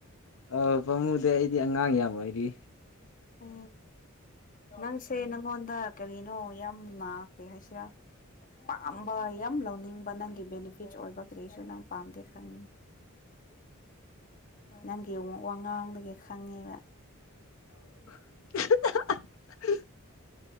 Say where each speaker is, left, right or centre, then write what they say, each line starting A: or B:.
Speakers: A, on the left; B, on the left.
A: ꯑ ꯄꯥꯝꯃꯨꯗꯤ ꯑꯩꯗꯤ ꯑꯉꯥꯡ ꯌꯥꯝꯕ ꯑꯣꯏꯔꯤ
B: ꯎ ꯅꯪꯁꯦ ꯅꯪꯉꯣꯟꯗ ꯀꯔꯤꯅꯣ ꯌꯥꯝ ꯅꯥꯀꯦ ꯍꯥꯏꯁꯤꯔꯥ ꯄꯥꯝꯕ ꯌꯥꯝ ꯂꯧꯅꯤꯡꯕ ꯅꯪꯒꯤ ꯕꯦꯅꯤꯐꯤꯠ ꯑꯣꯏꯕ ꯀꯔꯤꯩꯁꯨ ꯅꯪ ꯄꯥꯝꯗꯦ ꯈꯪꯉꯦ ꯅꯪꯒꯤ ꯋꯥꯉꯥꯡꯗꯒꯤ ꯈꯪꯉꯦꯕ
A: <unintelligible>